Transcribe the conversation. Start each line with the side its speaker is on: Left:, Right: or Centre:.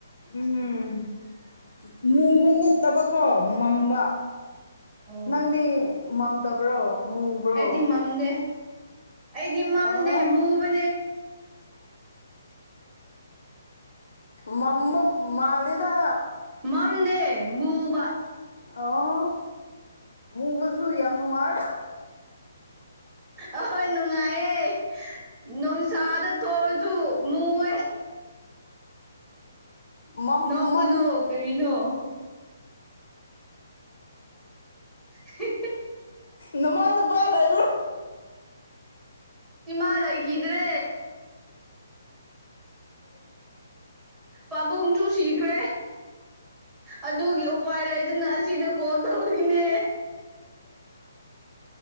Left: ꯎꯝ ꯃꯨꯕ ꯅꯠꯇꯕꯀꯣ ꯃꯝꯕ
Right: ꯑꯣ
Left: ꯅꯪꯗꯤ ꯃꯝꯗꯕ꯭ꯔꯣ ꯃꯨꯕ꯭ꯔꯣ
Right: ꯑꯩꯗꯤ ꯃꯝꯗꯦ ꯑꯩꯗꯤ ꯃꯝꯗꯦ
Left: ꯑꯣ
Right: ꯃꯨꯛ ꯃ
Left: ꯃꯝꯕ ꯃꯥꯗ
Right: ꯃꯝꯅꯦ ꯃꯨꯕ
Left: ꯑꯣ ꯃꯨꯒꯁꯨ ꯌꯥꯝ ꯅꯨꯡꯉꯥꯏꯔ
Right: ꯑꯍꯣꯏ ꯅꯨꯡꯉꯥꯏꯌꯦ ꯅꯨꯡꯁꯥꯗ ꯊꯣꯛꯑꯁꯨ ꯃꯣꯏ
Left: ꯃꯝ
Right: ꯅ ꯀ
Left: ꯃꯝ
Right: ꯅꯧ ꯀꯔꯤꯅꯣ ꯍ
Left: ꯅꯃꯥꯗ ꯍ ꯂꯩ
Right: ꯏꯃꯥ ꯂꯩꯈꯤꯗ꯭ꯔꯦ ꯄꯥꯕꯨꯡꯁꯨ ꯁꯤꯈ꯭ꯔꯦ ꯑꯗꯨꯒꯤ ꯎꯄꯥꯏ ꯂꯩꯗꯅ ꯑꯁꯤꯗ ꯀꯣꯜ ꯇꯧꯔꯤꯅꯦ